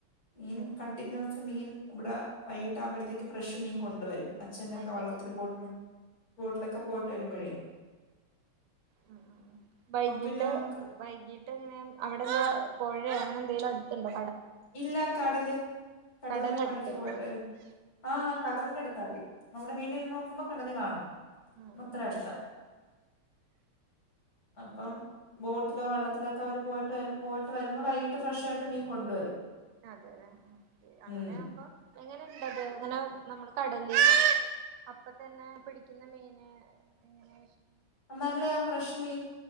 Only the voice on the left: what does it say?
മീൻ
കണ്ടിന്യൂ മീൻ ഇബടെ വൈകിട്ട് ആമ്പടത്തേക്ക് ഫ്രഷ് മീൻ കൊണ്ടുവരും. അച്ഛനൊക്കെ
വെള്ളത്തിലും
ബോട്ടിലും ബോട്ടിലൊക്കെ പോയിട്ട് വരുമ്പഴേ
പിന്നെ
നമുക്ക്
ഇല്ല കടല് കടൽല്
പണിക്ക്
പോയിട്ട് വരും. ആ കടലിന്റെ അടുത്താ വീട്. നമ്മുടെ വീടില് നിന്ന് നോക്കുമ്പോ കടല് കാണാം.
മത്ര
അടുത്ത അപ്പം ബോട്ടിലോ വള്ളത്തിലോക്കെ അവര് പോയിട്ട് പോയിട്ട് വരുമ്പോ വൈകിട്ട് ഫ്രഷായിട്ട് മീൻ കൊണ്ടുവരും.
ഉം
നല്ലയാ ഫ്രഷ് മീൻ